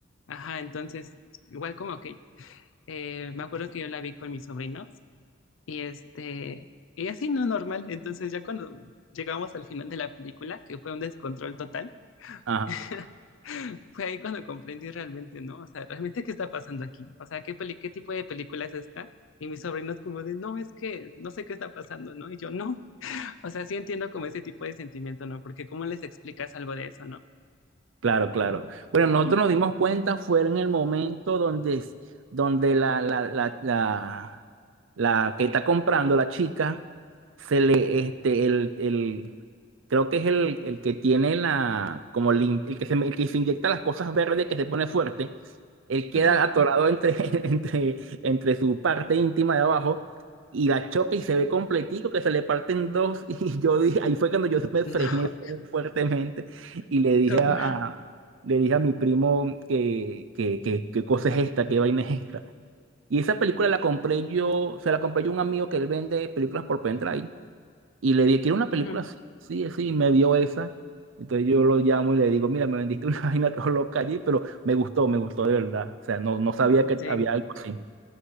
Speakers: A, on the left; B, on the right.
A: ajá, entonces, igual como que, eh, me acuerdo que yo la vi con mis sobrinos Y este, y así no normal. Entonces ya cuando llegamos al final de la película, que fue un descontrol total,
B: ajá
A: <laughs> fue ahí cuando comprendí realmente, ¿no? O sea, realmente qué está pasando aquí. O sea, ¿qué peli- qué tipo de película es esta? Y mis sobrinos como de, no, es que no sé qué está pasando, ¿no? Y yo, no. O sea, sí entiendo como ese tipo de sentimiento, ¿no? Porque ¿cómo les explicas algo de eso, no?
B: Claro, claro. Bueno, nosotros nos dimos cuenta fue en el momento donde, es- donde la, la, la, la, la que está comprando, la chica, se le, este, el, el, creo que es el, el que tiene la, como el, in- el que se, el que se inyecta las cosas verdes, que se pone fuerte, él queda
A: Ujú.
B: atorado entre, <laughs> entre, entre su parte íntima de abajo y la choca y se ve completico que se le parten dos <laughs> y yo dije, ahí fue cuando yo me frené
A: No,
B: fuertemente. Y
A: <laughs>
B: le dije
A: qué horror.
B: a, a- le dije a mi primo que, que, que- qué cosa es esta, qué vaina es esta. Y esa película la compré yo, se la compré yo a un amigo que él vende películas por pendrive. Y le dije, quiero una película
A: Ujú.
B: así, sí, así, y me dio esa. Entonces yo lo llamo y le digo, mira, me vendiste una <laughs> vaina todo loca allí, pero me gustó, me gustó de verdad. O sea, no, no sabía
A: Sí,
B: que había algo así.